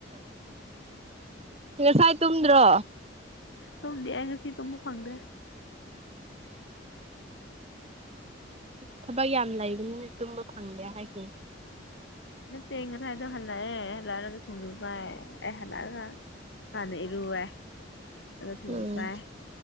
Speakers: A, on the right; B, on the left.
A: ꯉꯁꯥꯏ ꯇꯨꯝꯗ꯭ꯔꯣ
B: ꯇꯨꯝꯗꯦ ꯑꯩ ꯉꯁꯤ ꯇꯨꯝꯕ ꯐꯪꯗꯦ
A: ꯊꯕꯛ ꯌꯥꯝ ꯂꯩꯕꯅꯤꯅ ꯇꯨꯝꯕ ꯐꯪꯗꯦ ꯍꯥꯏꯁꯤꯅꯤ
B: ꯅꯠꯇꯦ ꯉꯁꯥꯏꯗꯣ ꯍꯟꯂꯛꯑꯦ ꯍꯟꯂꯛꯑꯒ ꯁꯤꯡꯖꯨ ꯆꯥꯏ ꯑꯦ ꯍꯜꯂꯛꯑꯒ ꯍꯥꯟꯅ ꯏꯔꯨꯔꯦ ꯑꯗꯨꯒ ꯁꯤꯡꯖꯨ
A: ꯎꯝ
B: ꯆꯥꯏ